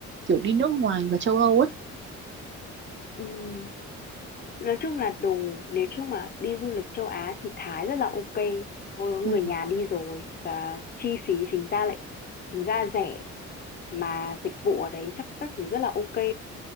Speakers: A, on the right; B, on the left.
A: kiểu đi nước ngoài và châu Âu ấy
B: ừ Nói chung là đồ nếu chung mà đi du lịch châu Á thì Thái rất là ok Tôi có người
A: ừ.
B: nhà đi rồi và chi phí chính ra lại chính ra rẻ mà dịch vụ ở đấy chắc các thứ rất là ok